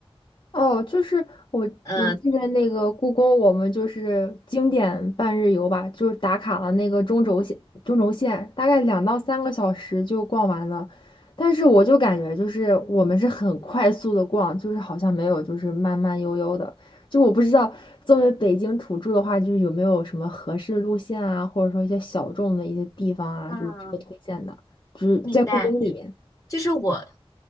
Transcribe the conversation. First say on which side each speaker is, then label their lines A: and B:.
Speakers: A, on the left; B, on the left.
A: 哦，就是我我记得那个故宫，
B: 呃，
A: 我们就是经典半日游吧，就是打卡了那个中轴线，中轴线大概两到三个小时就逛完了。但是我就感觉就是我们是很快速的逛，就是好像没有就是慢慢悠悠的。就我不知道作为北京土著的话，就是有没有什么合适路线啊，或者说一些小众的一些地方啊，
B: 嗯，
A: 就是值得推荐的，就是在故宫里面。
B: 明白。就是我，